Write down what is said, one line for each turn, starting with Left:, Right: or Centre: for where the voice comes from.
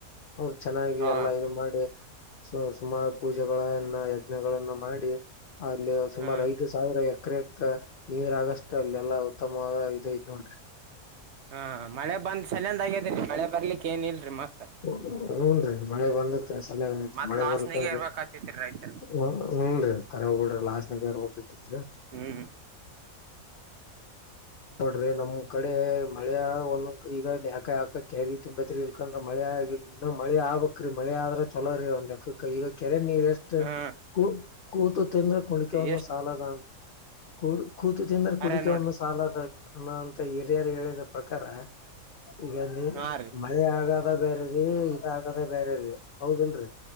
Left: ಅವರು ಚೆನ್ನಾಗಿ
Right: ಹಾ
Left: ಎಲ್ಲಾ ಇ ಮಾಡಿ ಸುಮಾರ ಪೂಜೆಗಳ ಯಜ್ಗಳನ್ನ ಮಾಡಿ ಅಲ್ಲಿ ಸುಮಾರ
Right: ಹ್ಮ್
Left: ಐದು ಸಾವಿರ ಸಕ್ರ ನೀರ್ಗಷ್ಟಟ್ ಅಲ್ಲಿ ಎಲ್ಲಾ ಉತ್ತಮವಾದ ಇದ ಐತ್ ನೋಡಿದ್ರಿ
Right: ಹಾ ಮಳೆ ಬಂದ್ ಸಲಂದ ಆಗ್ಯದೀ ಮಳೆ ಬರ್ಲಿಕ್ ಏನ್ ಇಲ್ರರಿ ಮತ್ತ
Left: ಹ ಹೂನ್ ರೀ ಮಳೆ ಬಂದತ್ ಸಲಯ ಆತ್
Right: ಮತ್
Left: ಮಳೆ
Right: ಲಾಸ್ನಾಗ
Left: ಬರ್ಕ್ಕಂದರಿ
Right: ಇರ್ಬೇಕಾತಿತ್ರಿ ರೈತರು
Left: ಹ ಹನ್ ರೀ ಕಖರ ಹೋಗಬಡಿ ಲಾಸ್ ನಗರ್ ಹೋಗತಿತ್
Right: ಹ್ಮ್
Left: ನೋಡ್ರಿ ನಮ್ ಕಡೆ ಮಳೆ ಒಂದ ಈಗ ಯಾಕ ಯಾಕ ಕ್ಯಾರಿ ತುಂಬತ್ರಿ ಇಲ್ಕ್ರ ಮಳೆ ಈಗ ಇನ್ನ ಮಳೆ ಆಗ್ಬೇಕ್ರೀ ಮಳೆ ಆದ್ರ ಚೊಲೋ ರೀ ಒಂದುಕ್ಕ ಈಗ ಕೆರೆ ನೀರ್ಷ್ಟ
Right: ಹಾ
Left: ಕ ಕೂತು ತಿಂದ್ರೆ ಕುಣಕೆವನ್ನು
Right: ಎಷ್ಟ್
Left: ಸಾಲದ ಕೂ ಕೂತು ತಿಂದ್ರೆ ಕುಡಿಕೋನ್ನ
Right: ಅರೆ ನೋಡ್ರಿ
Left: ಸಾಲದ ಅನ್ನೋಂತ ಹಿರಿಯರು ಹೇಳಿದ ಪ್ರಕಾರ ಈಗ ನೀ
Right: ಹಾ ರೀ
Left: ಮಳಿ ಆಗದ ಬ್ಯಾರೆರೀ ಇದ ಆಗದ ಬ್ಯಾರೆ ರೀ ಹೌದಲ್ರಿ.